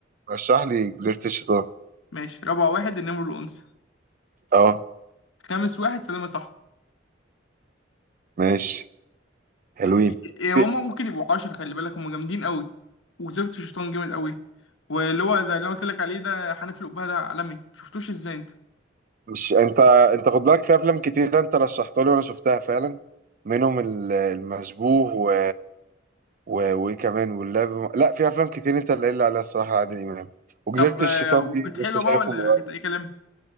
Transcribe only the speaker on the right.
رشح لي جزيرة الشيطان
اه
ماشي حلوين
إيه،
مش انت انت خد بالك في افلام كتير انت رشحتها لي وانا شفتها فعلا منهم ال- المشبوه و... و... وايه كمان واللعب لا في افلام كتير انت اللي قايل لي عليها الصراحة عادل امام وجزيرة
الشيطان
دي لسه
شايفه
من قريب